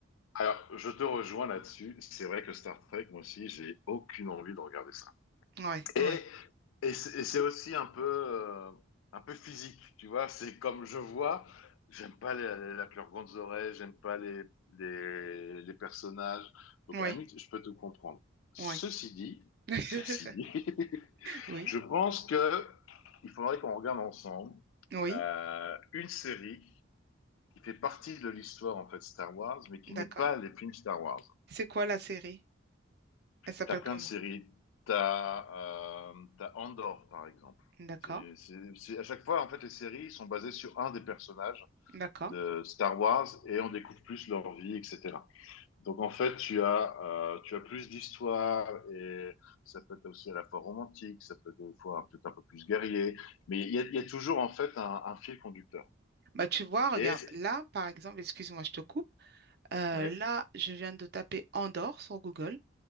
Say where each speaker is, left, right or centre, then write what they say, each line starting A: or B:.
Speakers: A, on the left; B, on the right.
A: Alors, je te rejoins là-dessus. C'est vrai que Star Trek, moi aussi, j'ai aucune envie de regarder ça.
B: Ouais, ouais,
A: Et, et c'est et c'est aussi un peu, euh, un peu physique, tu vois. C'est comme je vois, j'aime pas les, les- la leurs grandes oreilles, j'aime pas les, les, les personnages. Donc,
B: ouais,
A: à la limite, je peux te comprendre. Ceci
B: ouais.
A: dit,
B: <laughs>
A: ceci dit, <laughs>
B: Oui,
A: je pense que il faudrait qu'on regarde ensemble
B: oui,
A: euh, une série qui fait partie de l'histoire, en fait, Star Wars, mais qui
B: d'accord.
A: n'est pas les films Star Wars.
B: C'est quoi la série? Elle s'appelle
A: T'as plein
B: comment?
A: de séries. T'as euh, t'as Andor, par exemple.
B: D'accord,
A: C'est, c'est, c'est- à chaque fois, en fait, les séries sont basées sur un des personnages
B: d'accord.
A: de Star Wars et on découvre plus leur vie, etc. Donc, en fait, tu as, euh, tu as plus d'histoires et ça peut être aussi à la fois romantique, ça peut être des fois peut-être un peu plus guerrier, mais il y a, il y a toujours, en fait, un, un fil conducteur.
B: Bah tu vois, regarde,
A: Et,
B: là, par exemple, excuse-moi, je te coupe. Euh,
A: ouais,
B: là, je viens de taper Andorre sur Google.